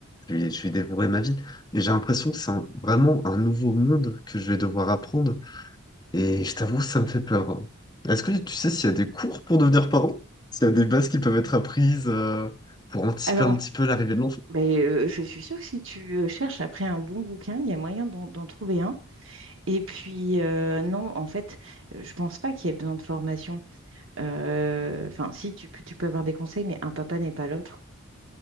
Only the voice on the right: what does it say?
alors,
ben, euh, je suis sûre que si tu euh, cherches après un bon bouquin, il y a moyen d'en d'en trouver un. Et puis, euh, non, en fait, euh, je pense pas qu'il y ait besoin de formation. Euh, Enfin, si, tu, peux- tu peux avoir des conseils, mais un papa n'est pas l'autre.